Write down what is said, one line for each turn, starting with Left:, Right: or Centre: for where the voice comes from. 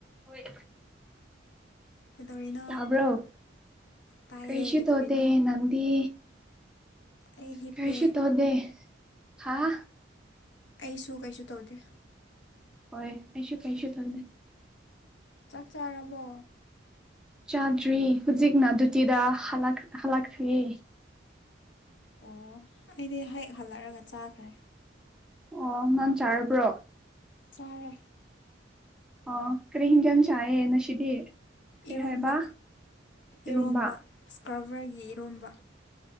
Centre: ꯍꯣꯏ
Left: ꯀꯩꯗꯧꯔꯤꯅꯣ
Centre: ꯇꯕ꯭ꯔꯣ
Left: ꯇꯥꯏꯌꯦ
Centre: ꯀꯩꯁꯤ
Left: ꯀꯩꯗꯧꯔꯤꯅꯣ
Centre: ꯇꯣꯗꯦ ꯅꯗꯤ
Left: ꯑꯩ ꯍꯤꯞꯄꯦ
Centre: ꯀꯩꯁꯨ ꯇꯧꯗꯦ ꯍꯥꯥ
Left: ꯑꯩꯁꯨ ꯀꯩꯁꯨ ꯇꯧꯗꯦ
Centre: ꯍꯣꯏ ꯑꯩꯁꯨ ꯀꯔꯤꯁꯨ ꯇꯧꯗꯦ
Left: ꯆꯥꯛ ꯆꯥꯔꯕꯣ
Centre: ꯆꯥꯗ꯭ꯔꯤ ꯍꯧꯖꯤꯛꯅ ꯑꯗꯨꯗꯨꯇꯤꯗ ꯍꯜꯂꯛꯈ꯭ꯦ
Left: ꯑꯣ ꯑꯩꯗꯤ ꯍꯦꯛ ꯍꯜꯂꯛꯑꯒ ꯆꯥꯈ꯭ꯔꯦ
Centre: ꯑꯣ ꯅꯪ ꯆꯥꯔꯕ꯭ꯔꯣ
Left: ꯆꯔ
Centre: ꯑ ꯀꯔꯤ ꯍꯤꯡꯖꯟ ꯆꯥꯏꯑ ꯉꯁꯤꯗꯤ ꯀꯔꯤ
Left: ꯏꯔꯣꯝꯕ
Centre: ꯍꯥꯏꯕ ꯏꯔꯨꯝꯕ
Left: ꯏꯔꯣꯝꯕ ꯏꯁꯀ꯭ꯔꯔꯕꯔꯒꯤ ꯏꯔꯣꯝꯕ